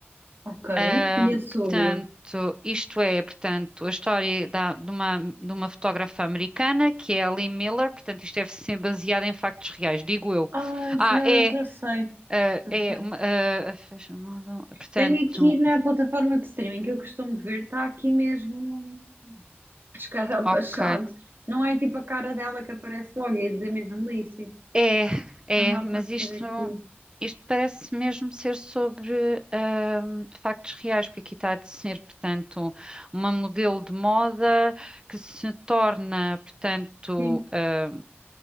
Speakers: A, on the right (about 55°); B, on the right (about 20°).
A: Ok.
B: Ah,
A: E é sobre?
B: portanto, isto é, portanto, a história da- de uma, de uma fotógrafa americana que é a Lee Miller, portanto, isto deve ser baseado em factos reais, digo eu.
A: Ah, já,
B: Ah, é,
A: já sei.
B: ah,
A: Já
B: é,
A: sei.
B: uma- ah, fashion model, portanto,
A: Tenho aqui na plataforma de streaming que eu costumo ver, está aqui mesmo as caras
B: ok.
A: de Machado. Não é tipo a cara dela que aparece logo, ia dizer mesmo Lissy.
B: É, é,
A: Está-me a
B: mas
A: aparecer
B: isto,
A: aqui.
B: não- isto parece mesmo ser sobre ahm, factos reais, porque aqui está a ser, portanto, uma modelo de moda que se torna, portanto,
A: Sim,
B: ahm,